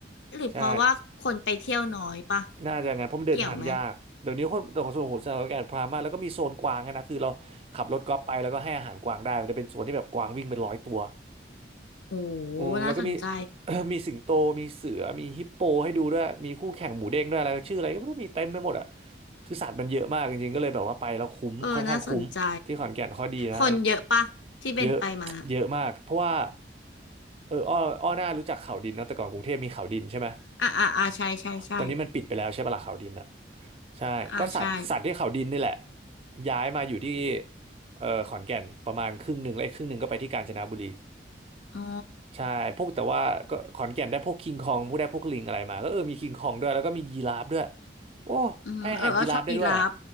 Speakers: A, on the left (about 85°); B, on the right (about 30°).
A: หรือเพราะว่าคนไปเที่ยวน้อยปะ
B: ใช่น่าจะงั้นเพราะมันเดินทางยากเดี๋ยวนี้คนแต่ของส่วนของผมสถาการณพรามากแล้วก็มีโซนกวางอะนะคือเราขับรถกอล์ฟไปแล้วก็ให้อาหารกวางได้มันจะเป็นโซนที่แบบกวางวิ่งเป็นร้อยตัว
A: เกี่ยวไหมโอ้
B: อืมแล้วก็มี
A: น่าสนใจ
B: <coughs> <clears throat> มีสิงโตมีเสือมีฮิปโปให้ดูด้วยมีคู่แข่งหมูเด้งด้วยอะไรชื่ออะไรก็ไม่รู้มีเต็มไปหมดอ่ะคือสัตว์มันเยอะมากจริงๆก็เลยแบบว่าไปแล้วคุ้มค่อนข้างคุ้มที่ขอนแก่นข้อดีนะ
A: เออน่าสนใจคนเยอะปะที่เป็นไปมา
B: เยอะเยอะมากเพราะว่าเอออ้ออ้อหน้ารู้จักเขาดินนะแต่ก่อนกรุงเทพมีเขาดินใช่ไหม
A: อ่าอ่าอ่าใช่ใช่ใช่
B: ตอนนี้มันปิดไปแล้วใช่ปะล่ะเขาดินอ่ะใช่ก็สัตว์สัตว์ที่เขาดินนี่แหละ
A: อ่าใช่
B: ย้ายมาอยู่ที่เอ่อขอนแก่นประมาณครึ่งหนึ่งและอีกครึ่งหนึ่งก็ไปที่กาญจนบุรี
A: อ๋อ
B: ใช่พวกแต่ว่าก็ขอนแก่นได้พวกคิงคองพวกได้พวกลิงอะไรมาก็เออมีคิงคองด้วยแล้วก็มียีราฟด้วยโอ้
A: อืมเออเออชอบยีราฟ
B: ให้อาหารยีราฟได้ด้วยอ่ะ